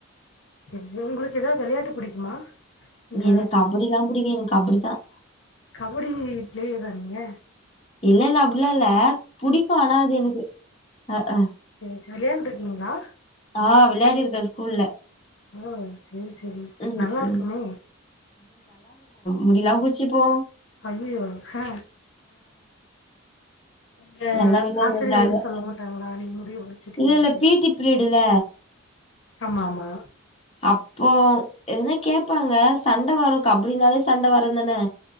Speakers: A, on the left; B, on the left.
A: சரி சரி உங்களுக்கு ஏதாவது வெளையாட்டு புடிக்குமா இந்த
B: எனக்கு கபடிலாம் புடிக்கும். எனக்கு கபடி தான்.
A: கபடி பிளேயர்ரா நீங்க
B: இல்ல இல்ல அப்படிலா இல்ல புடிக்கு ஆனாது எனக்கு அஹ் அஹ்
A: வெளயான்டு இருக்கிங்லா
B: ஆஹ் வெளையாடியிருக்கே ஸ்கூல்ல
A: ஓ செரி செரி
B: ம்
A: நல்லா
B: ம்
A: இருக்குமே
B: முடிலாம் புடுச்சுப்போ
A: அய்யய்யோ ஹ உங்க
B: நல்லா விளையாடுவோ
A: ஆசிரியர்
B: ஜாலியா
A: எதும் சொல்ல மாட்டாங்களா நீங்க முடிய புடிச்சிட்டிங்க
B: இல்ல இல்ல
A: அப்டின்னா
B: பி டி பீரியடுல
A: ஆமா ஆமா
B: அப்போ எதுனா கேப்பாங்க சண்ட வரும் கபடினாலே சண்ட வருந்தானே